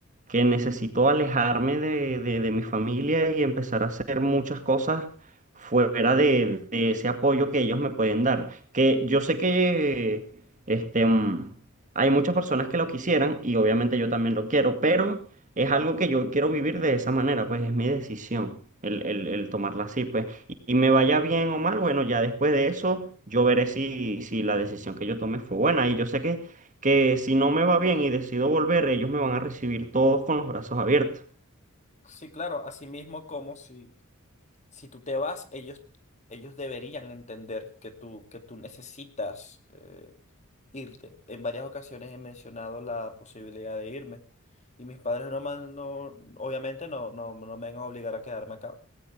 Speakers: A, on the right (about 35°); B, on the left (about 35°).
A: que necesito alejarme de, de- de mi familia y empezar a hacer muchas cosas fuera de, de ese apoyo que ellos me pueden dar. Que yo sé que este, mm, hay muchas personas que lo quisieran y obviamente yo también lo quiero, pero es algo que yo quiero vivir de esa manera, pues es mi decisión el, el, el tomarla así, pues. Y, y me vaya bien o mal, bueno, ya después de eso yo veré si, si la decisión que yo tome fue buena. Y yo sé que, que si no me va bien y decido volver, ellos me van a recibir todos con los brazos abiertos.
B: Sí, claro, así mismo como si, si tú te vas, ellos, ellos deberían entender que tú, que tú necesitas eh, irte. En varias ocasiones he mencionado la posibilidad de irme y mis padres no me han- no- obviamente no, no, no me van a obligar a quedarme acá.